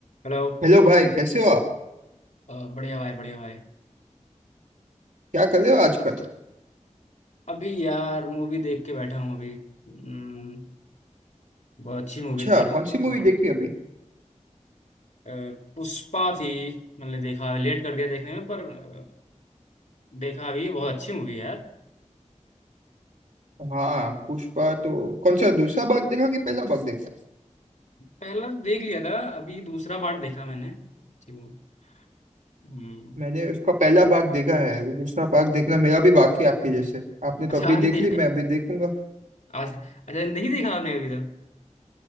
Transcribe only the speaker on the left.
Hello
अ, बढ़िया भाई बढ़िया भाई
अभी यार मूवी देख के बैठा हूँ अभी हम्म, बहुत अच्छी मूवी
थी यार
हाँ।
अ, पुष्पा थी मैंने देखा लेट कर दिया देखने में पर अ, देखा अभी बहुत अच्छी मूवी है यार
पहला तो देख लिया था अभी दूसरा पार्ट देखा मैंने अच्छी मूवी हम्म
अच्छा
अभी
देखा
है?
आज अच्छा नहीं देखा आपने अभी तक